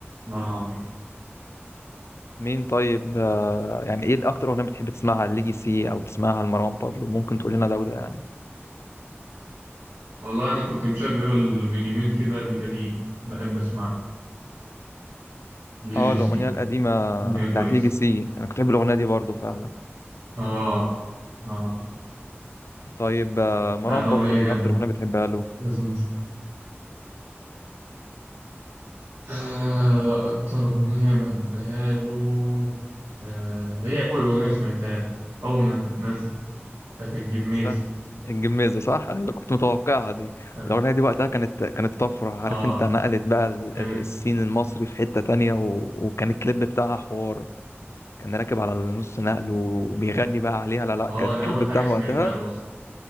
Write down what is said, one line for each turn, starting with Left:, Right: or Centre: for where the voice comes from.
Right: أسمعهم يعني.
Left: مين طيب آه، يعني ايه الاكتر اغنيه بتحب تسمعها ليجاسي او تسمعها لمروان بابلو ممكن تقول لنا ده وده يعني
Right: والله أنا كنت مشغل من يومين كده البتادين بحب أسمع جي
Left: اه
Right: جي
Left: الاغنيه
Right: سي
Left: القديمه
Right: أغنية
Left: بتاعت
Right: كويسة
Left: ليجاسي انا كنت بحب الاغنيه دي برضو فعلا
Right: آه آه
Left: طيب آه، مروان
Right: لا أغنية
Left: بابلو ايه
Right: جامدة
Left: اكتر اغنيه بتحبها له
Right: لازم تسمعها آه أكتر أغنية بحبها له آه هي أول أغنية سمعتها لي أول ما كانت نازلة كانت الجميز
Left: استنى الجميزه صح انا كنت متوقعها دي
Right: كانت
Left: الاغنيه دي وقتها كانت كانت طفره عارف
Right: آه
Left: انت نقلت بقى ال-
Right: كانت
Left: ال- السين المصري في حته تانية و... وكان الكليب بتاعها حوار كان راكب على النص نقل وبيغني بقى عليها لا لا
Right: آه
Left: كان
Right: أنا
Left: الكليب
Right: أول
Left: بتاعها
Right: حاجة سمعتها
Left: وقتها
Right: له أصلا